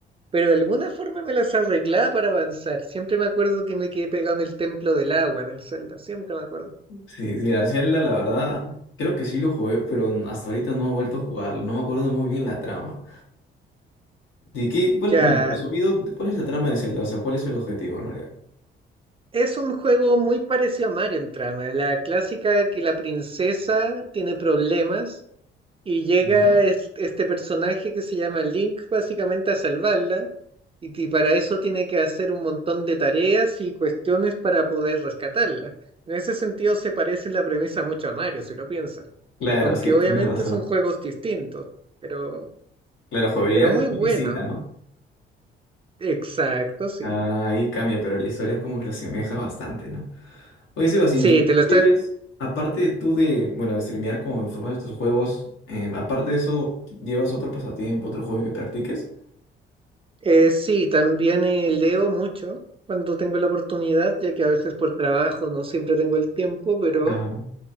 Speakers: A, on the right; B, on the left.
A: pero de alguna forma me las arreglaba para avanzar. Siempre me acuerdo que me quedé pegado en el templo del agua, en el Zelda, siempre me acuerdo.
B: Sí, mira, Zelda, la verdad,
A: Mm.
B: creo que sí lo jugué, pero hasta ahorita no he vuelto a jugarlo. No me acuerdo muy bien la trama. ¿De qué? ¿Cuál,
A: Ya,
B: bueno, resumido, ¿cuál es la trama de Zelda? O sea, ¿cuál es el objetivo en realidad?
A: es un juego muy parecido a Mario en trama, la clásica que la princesa tiene problemas Y llega
B: Ujú.
A: es- este personaje que se llama Link básicamente a salvarla y, ti- para eso tiene que hacer un montón de tareas y cuestiones para poder rescatarla. En ese sentido se parece en la premisa mucho a Mario, si lo piensas,
B: Claro,
A: aunque
B: sí,
A: obviamente
B: tienes razón.
A: son juegos distintos, pero,
B: Claro, la jugabilidad
A: pero muy
B: es
A: bueno.
B: muy distinta, ¿no?
A: Exacto, sí.
B: Ah, ahí cambia, pero la historia es como que se asemeja bastante, ¿no? Oye, Sebas,
A: Sí,
B: y en tus tiempos
A: te lo estás...
B: libres, aparte tú de, bueno, de streamear como en forma de estos juegos, eh, aparte de eso, ¿llevas otro pasatiempo, otro juego que practiques?
A: eh, sí, también eh, leo mucho cuando tengo la oportunidad, ya que a veces por trabajo no siempre tengo el tiempo, pero...
B: Ah,